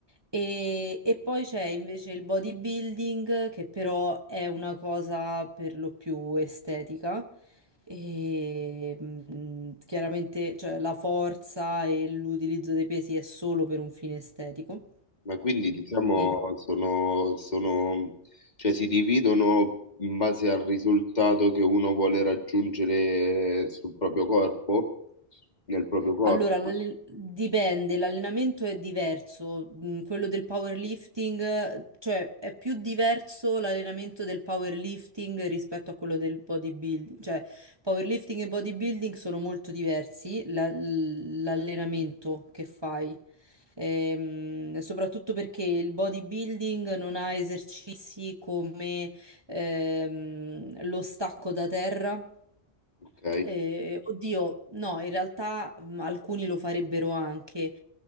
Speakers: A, on the right; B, on the left.
A: E, e poi c'è invece il bodybuilding, che però è una cosa per lo più estetica. E mm, chiaramente, cioè, la forza e l'utilizzo dei pesi è solo per un fine estetico.
B: Ma quindi diciamo
A: E-
B: sono, sono, cioè si dividono in base al risultato che uno vuole raggiungere sul proprio corpo, nel proprio corpo,
A: Allora, l'alle- dipende, l'allenamento è diverso, mm, quello del powerlifting, eh, cioè è più diverso l'allenamento del powerlifting rispetto a quello del bodybuilding, cioè powerlifting e bodybuilding sono molto diversi, la- l'allenamento che fai, Ehm, soprattutto perché il bodybuilding non ha esercizi come ehm, lo stacco da terra.
B: ok?
A: Eh, oddio, no, in realtà mh, alcuni lo farebbero anche,